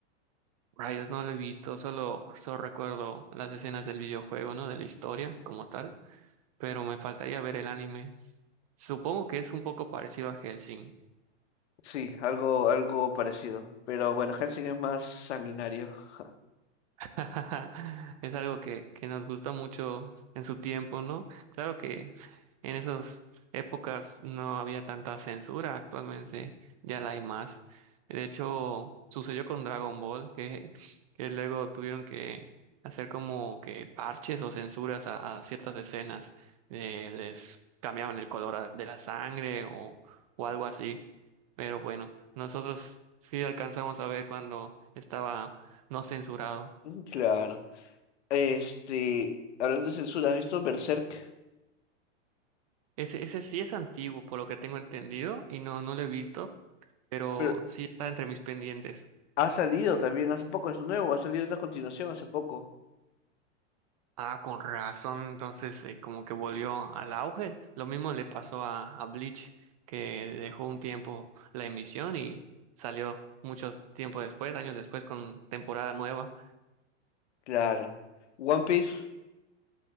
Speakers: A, on the right; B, on the left.
A: Rayos, no lo he visto, solo, solo recuerdo las escenas del videojuego, ¿no? De la historia como tal, pero me faltaría ver el anime. Supongo que es un poco parecido a Hellsing.
B: Sí, algo, algo parecido. Pero bueno, Helsing es más sanguinario. <laughs>
A: <laughs> Es algo que, que nos gusta mucho en su tiempo, ¿no? Claro que en esas épocas no había tanta censura, actualmente ya la hay más. De hecho, sucedió con Dragon Ball, que, que luego tuvieron que hacer como que parches o censuras a, a ciertas escenas. Eh, les cambiaban el color a- de la sangre o, o algo así. Pero bueno, nosotros sí alcanzamos a ver cuando estaba no censurado.
B: Mm, Claro. Este, hablando de censura, ¿has visto Berserk?
A: Ese, ese sí es antiguo, por lo que tengo entendido, y no, no lo he visto, pero
B: Pero
A: sí está entre mis pendientes.
B: ha salido también hace poco, es nuevo, ha salido una continuación hace poco.
A: Ah, con razón, entonces eh, como que volvió al auge. Lo mismo le pasó a, a Bleach, que dejó un tiempo la emisión y salió mucho tiempo después, años después, con temporada nueva.
B: Claro. One Piece,